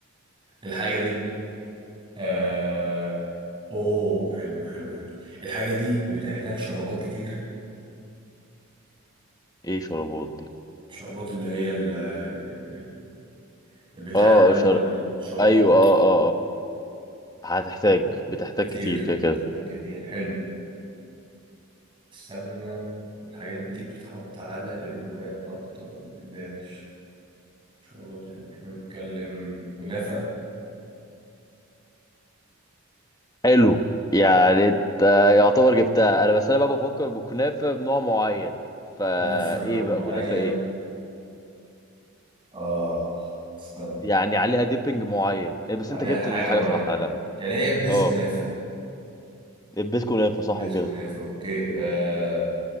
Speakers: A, on the right; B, on the left.
A: الحاجة دي آه... اوه حلو حلو حلو الحاجة دي بتحتاج شرابات كتير
B: ايه شربات دي
A: شربات اللي هي ال... ال- ال- البتاع
B: اه
A: اللي هو
B: شر...
A: اللي بت... شربات
B: ايوه اه اه آه. هتحتاج
A: شربات
B: بتحتاج
A: كتير
B: كتير كده كده
A: بتحتاج كتير حلو السمنة والحاجات دي بتتحط على الرقاق أكتر والجلاش شربات يعني احنا بنتكلم كنافة
B: حلو يعني انت يعتبر جبتها انا بس انا بقى بفكر بكنافه بنوع معين فايه
A: كنافة نوع
B: بقى
A: معين
B: كنافه ايه
A: آه استنى
B: يعني عليها ديبنج معين إيه بس
A: عليها
B: انت جبت
A: حاجة
B: الحاجه
A: معينة
B: صح لا
A: يعني هي البيس
B: اه
A: كنافة
B: البيت كنافه صح
A: بيس
B: كده
A: كنافة أوكي آه